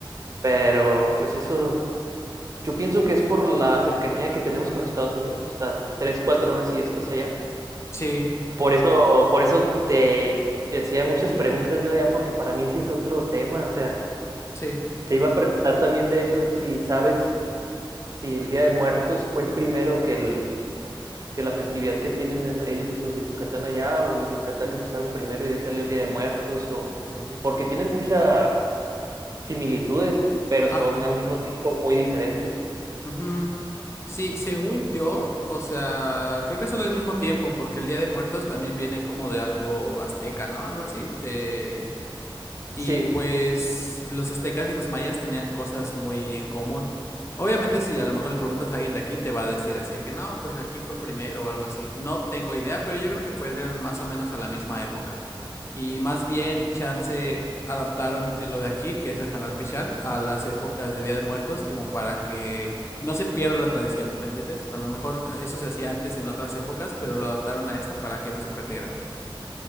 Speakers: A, on the right; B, on the left.
A: Pero pues eso Yo pienso que es por la cercanía que tenemos con Estados Unidos, hasta tres, cuatro horas y ya estás allá.
B: Sí,
A: Por eso, por eso te, te hacía muchas preguntas yo de allá, porque para mí sí es otro tema. O sea,
B: sí.
A: te iba a preguntar también, de hecho, de- si sabes si el Día de Muertos fue primero que el, que la festividad que tienen el- ellos, los de Yucatán allá, o los de Yucatán empezaron primero y de ahí salió el Día de Muertos, o
B: Uy.
A: porque tienen muchas similitudes, pero
B: Ajá.
A: son al mismo tiempo muy diferentes.
B: ujú. Sí, según yo, o sea, creo que son al mismo tiempo, porque el Día de Muertos también viene como de algo azteca, ¿no? Algo así. Eh, Y
A: Sí,
B: pues los aztecas y los mayas tenían cosas muy en común. Obviamente, si a lo mejor le preguntas a alguien de aquí, te va a decir así de que no, pues aquí fue primero o algo así. No tengo idea, pero yo creo que fueron más o menos a la misma época. Y más bien, chance adaptaron eh, lo de aquí, que es el Canal Pichán, a las épocas de Día de Muertos, como para que no se pierda la tradición, ¿me entiendes? A lo mejor eh, eso se hacía antes en otras épocas, pero lo adaptaron a esta para que no se perdiera.